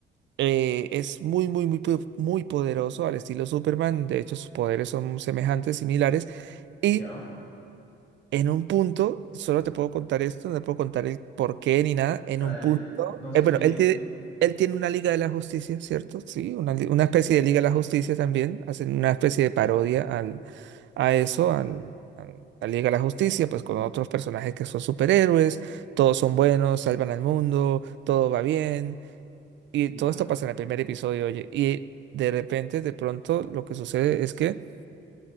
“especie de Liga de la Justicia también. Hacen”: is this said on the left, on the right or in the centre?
Right